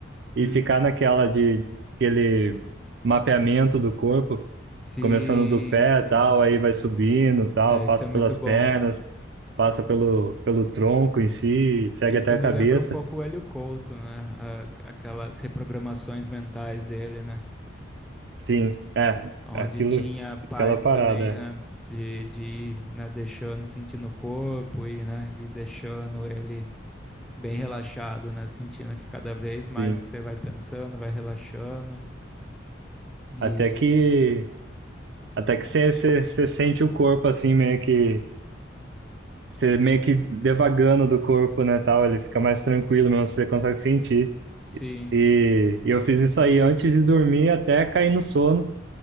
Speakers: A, on the right; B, in the centre.
A: e
B: uhum,
A: ficar naquela de aquele mapeamento do corpo,
B: sim,
A: começando do pé,
B: sim,
A: tal, aí vai subindo, tal,
B: é,
A: passa
B: isso é muito
A: pelas
B: bom.
A: pernas, passa pelo, pelo tronco em si, segue
B: Isso
A: até a
B: me
A: cabeça.
B: lembra um pouco o Hélio Couto, né, a- aquelas reprogramações mentais dele, né.
A: Sim, é,
B: Onde
A: aquilo,
B: tinha partes
A: aquela parada,
B: também, né,
A: é.
B: de, de ir, né, deixando, sentindo o corpo e, né, e deixando ele bem relaxado, né, sentindo que cada vez mais
A: sim.
B: que você vai pensando, vai relaxando. E
A: Até que, até que você você- você sente o corpo, assim, meio que Você meio que devagando do corpo, né, tal, ele fica mais tranquilo mesmo, você consegue sentir.
B: sim,
A: E, e eu fiz isso aí antes de dormir até cair no sono.